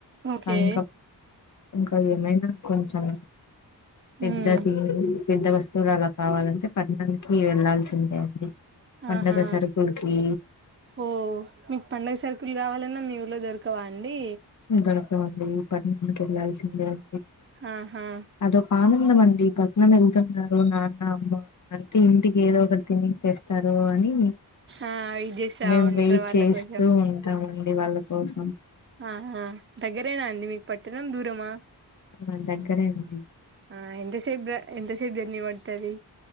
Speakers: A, on the right; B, on the left.
A: ఓకే
B: ఆ ఇంకా ఇంకా ఏమైనా కొంచెం పెద్దది
A: ఉమ్
B: పెద్ద వస్తు అలా కావాలంటే పట్టణానికి వెళ్లాాల్సిందే అండి పండగ
A: ఆహా
B: సరుకులకి
A: ఓ మీకు పడుగ సరుకుల్ కావాలన్నా మీరు లో దొరకవండి
B: ఉ దొరకవండి పతనానికి వేయాల్సిందే అండి
A: ఆహా
B: ందామండి పద్నం వెళ్తుాం ఓ నాన్న అమ్మ, అంటే ఇంటికి ఏదో ఒకటి తిన్నికి తెస్తారు అని.
A: ఆ వెయిట్ చేస్తా
B: మేమ్
A: ఉంటారు
B: వెయిట్
A: వాళ్ళ
B: చేస్తూ,
A: కోసం
B: ఉంటామండి వాళ్ళ కోసం.
A: ఆహా, దగ్గరేనా అండి మీకు పట్టణం, దూరమా.
B: ఆ దగ్గరే అండి.
A: ఆ ఎంత సేప్ ద, ఎంత సేప్ జర్నీ పడ్తది.